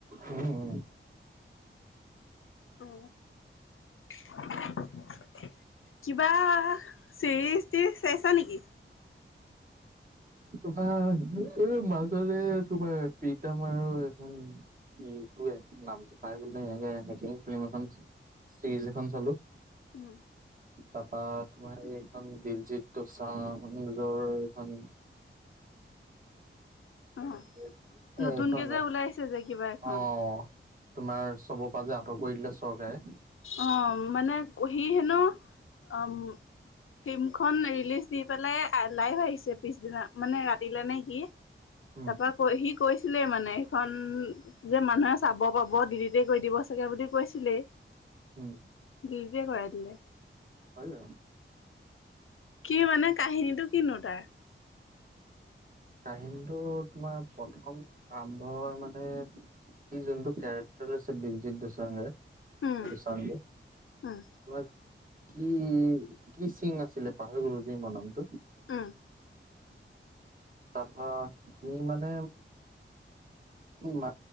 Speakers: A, on the right; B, on the left.
A: উম উম
B: অ কিবা- চিৰিজ টি চাইছা নেকি?
A: তোমাৰ এই মাজতে তোমাৰ প্ৰীতাম আৰু এখন উম টু ৱে নামটো পাহৰি গলোঁ নহয় সেনেকে এনেকে ফ্লিম এখন আছে। চিৰিজ এখন চালো।
B: উম
A: তাপা তোমাৰ এইখন দিলজিত টো চা হুনোনিজৰ এখন
B: অ
A: <unintelligible>
B: নতুনকে যে ওলাইছে যে কিবা এখন।
A: অ তোমাৰ চবৰ পৰা যে আঁতৰ কৰি দিলে চৰকাৰে।
B: অ মানে কহি হেনো অম ফিল্মখন ৰিলিজ দি পেলাই লাইভ আহিছে পিছদিনা মানে ৰাতিলে নে কি
A: উম,
B: তাপা কৈ সি কৈছ- ছিলে মানে সেইখন যে মানুহে চাব পাব দিলিতে কৰি দিব চাগে বুলি কৈছিলেই।
A: উম।
B: দিলিটে কৰাই দিলে।
A: হয় য়া।
B: কি মানে কাহিনীটো কিনো তাৰ?
A: কাহিনটো তোমাৰ প্ৰথম আৰম্ভ মানে। ই যোনটো কেৰেক্টাৰ আছে দিলজিত দোচানে।
B: উম
A: <unintelligible>
B: উম
A: তোমাক কি কি সিং আছিলে পাহাৰি গলোঁ মই নামটো।
B: উম।
A: তা পা সি মানে উ মা